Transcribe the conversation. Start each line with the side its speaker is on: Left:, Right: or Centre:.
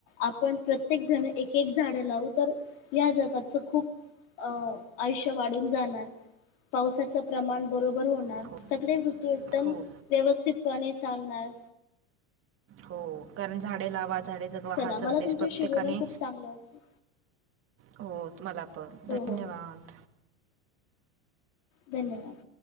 Left: आपण प्रत्येक जण एक एक झाडं लावू तर या जगाचं खूप आयुष्य वाढून जाणार. पावसाचं प्रमाण बरोबर होणार
Right: हो
Left: सगळे ऋतू एकदम
Right: हो
Left: व्यवस्थितपणे चालणार.
Right: हो कारण झाडे लावा झाडे जगवा
Left: चला
Right: हा
Left: मला
Right: संदेश
Left: तुमच्याशी
Right: प्रत्येकाने
Left: बोलून खूप चांगलं वाटलं.
Right: हो तुम्हाला पण
Left: हो
Right: धन्यवाद.
Left: हो धन्यवाद.